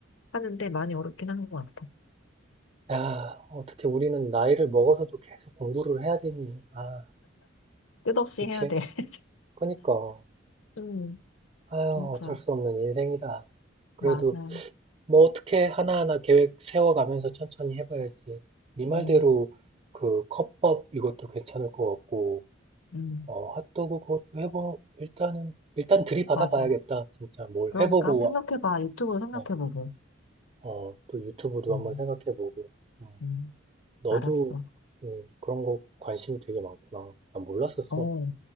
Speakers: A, on the left (about 85°); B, on the right (about 30°).
A: 하는데 많이 어렵긴 한 것 같아.
B: 야, 어떻게 우리는 나이를 먹어서도 계속 공부를 해야 되니? 아,
A: 끝없이
B: 그치?
A: 해야 돼. <laughs>
B: 그니까.
A: 음,
B: 아유,
A: 진짜.
B: 어쩔 수 없는 인생이다. 그래도
A: 맞아요.
B: 뭐 어떻게 하나하나 계획 세워가면서 천천히 해봐야지. 네 말대로
A: 음,
B: 그 컵밥 이것도 괜찮을 것 같고,
A: 음,
B: 어, 핫도그 그것도 해보, 일단은, 일단 들이받아
A: 맞아.
B: 봐야겠다. 진짜 뭘
A: 그러니까
B: 해보고,
A: 한번 생각해봐. 유튜브로 생각해보고.
B: 어, 어, 또 유튜브도
A: 음,
B: 한번 생각해보고, 음,
A: 음,
B: 너도
A: 알았어.
B: 음, 그런 거 관심이 되게 많구나. 난 몰랐었어.
A: 어,